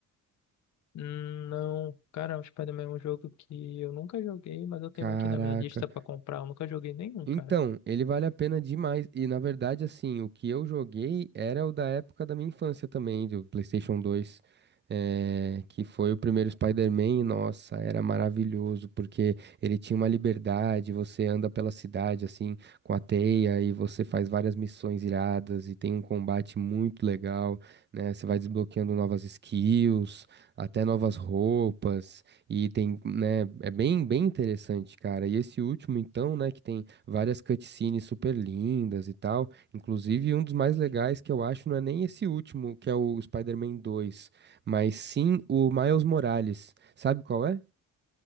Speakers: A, on the left; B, on the right.
A: Hum, Não, cara, o Spider-Man é um jogo que eu nunca joguei, mas eu tenho
B: Caraca,
A: aqui na minha lista pra comprar. Eu nunca joguei nenhum,
B: Então,
A: cara.
B: ele vale a pena demais. E na verdade, assim, o que eu joguei era o da época da minha infância também, do PlayStation 2, eh, que foi o primeiro Spider-Man. E nossa, era maravilhoso, porque ele tinha uma liberdade. Você anda pela cidade, assim, com a teia, e você faz várias missões iradas, e tem um combate muito legal, né? Você vai desbloqueando novas skills, até novas roupas, e tem, né? É bem, bem interessante, cara. E esse último, então, né, que tem várias cutscenes super lindas e tal. Inclusive, um dos mais legais que eu acho não é nem esse último, que é o Spider-Man 2, mas sim o Miles Morales. Sabe qual é?